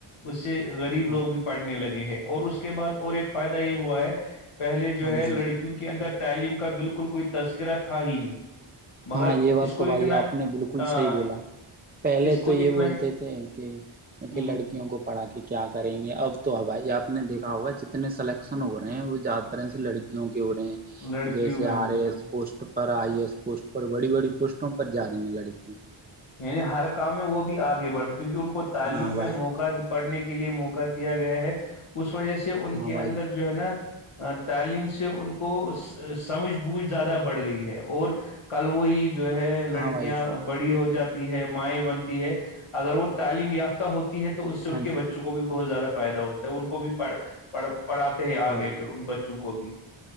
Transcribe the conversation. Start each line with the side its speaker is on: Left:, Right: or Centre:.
Left: اس سے غریب
Right: ہاں
Left: لوگ بھی پڑھنے لگے ہیں اور اس کے بعد اور ایک فائدہ یہ ہوا ہے کہ پہلے جو
Right: ہاں
Left: ہے لڑکیوں
Right: جی
Left: کے اندر تعلیم کا بالکل کوئی تذکرہ ت ہی نہیں مگر
Right: ہاں یہ بات
Left: اس کو
Right: تو بھائی
Left: اتنا
Right: آپ نے بالکل
Left: آ،
Right: صحی بولا پہلے
Left: اس کو
Right: تو یہ
Left: اتنا
Right: بولتے
Left: ہی-
Right: تھے کہ
Left: ہوں،
Right: لڑکیوں کو پڑھا کے کیا کریں گے اب تو بھائی آپ نے دیکھا ہوگا جتنے سلیکشن ہو رہے ہیں وہ زیادہ ترح سے لڑکیوں کے ہو رہے ہیں
Left: لڑکیوں
Right: جیسے
Left: میں ہو
Right: آرے
Left: رہے ہیں
Right: اس پوشٹ پر آئی ایس پوسٹ پر بڑی بڑی پوسٹوں پر جا رہی ہیں لڑکیاں
Left: یعنی ہر کام میں وہ بھی آگے بڑھتے کیونکہ ان کو تعلیم
Right: ہاں بھائی
Left: میں موقع پڑھنے کے لیے موقع دیا گیا ہے اس وجہ سے ان
Right: ہاں
Left: کے
Right: بھائی
Left: اندر جو ہے نا تعلیم سے ان کو سمجھ بوجھ زیادہ بڑھ گئی ہے اور کل وہی جو ہے لڑکیاں
Right: ہاں بھائی
Left: بڑی ہو جاتی ہے مائیں بنتی ہے اگر وہ تعلیم یافتہ ہوتا ہے تو اس سے ان
Right: ہاں
Left: کے
Right: جی
Left: بچوں کو بھی بہت زیادہ فائدہ ہوتا ہے ان کو بھی پڑ پڑ پڑاتے ہیں آگے
Right: ہاں بھائی
Left: پھر ان بچوں کو کوب